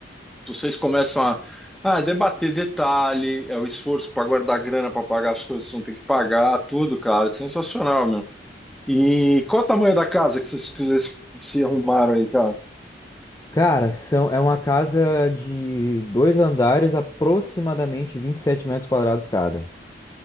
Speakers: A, in the centre; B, on the left.
A: vocês começam a ah, debater detalhe, é o esforço para guardar grana para pagar as coisas que não tem que pagar, tudo, cara. É sensacional, meu. E qual o tamanho da casa que vocês, que vocês se arrumaram aí, cara?
B: Cara, são, é uma casa de dois andares, aproximadamente 27 metros quadrados cada.